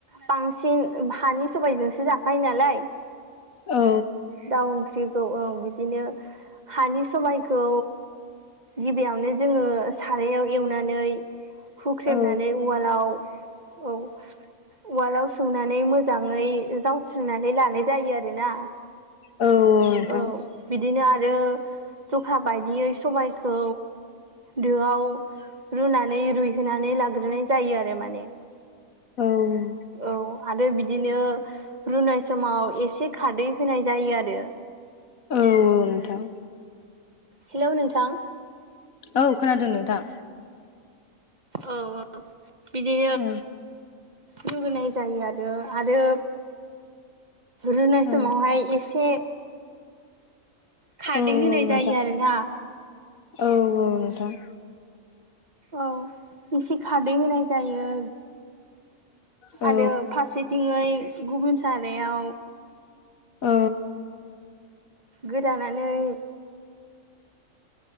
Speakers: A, on the right (about 35°); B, on the left (about 85°).
A: बांसिन हानि सबाइजोंसो जाखायो नालाय।
B: औ।
A: दाउ ओंख्रिखौ ओं बिदिनो हानि सबायखौ गिबियावनो जोङो सारायाव एवनानै हुख्रेमनानै
B: औ
A: उवालाव औ उवालाव संनानै मोजाङै जावस्रिनानै लानाय जायो आरोना।
B: औ नोंथां
A: औ बिदिनो आरो जखा बायदियै सबायखौ दोआव रुनानै रुइहोनानै लाग्रोनाय जायो आरो माने।
B: औ औ।
A: औ। आरो बिदिनो रुनाय समाव एसे खारदै होनाय जायो आरो।
B: औ नोंथां।
A: हेलौ नोंथां
B: औ खोनादों नोंथां।
A: औ औ। बिदिन
B: औ
A: लुगैनाय जायो आरो। आरो रुनाय
B: औ
A: समावहाय एसे खारदै
B: औ औ
A: होनाय
B: नोंथा
A: जायो आरोना
B: औ औ नोंथां।
A: औ एसे खारैदै होनाय जायो।
B: औ
A: आरो फारसेथिङै गुबुन सारायाव
B: औ।
A: गोरानानै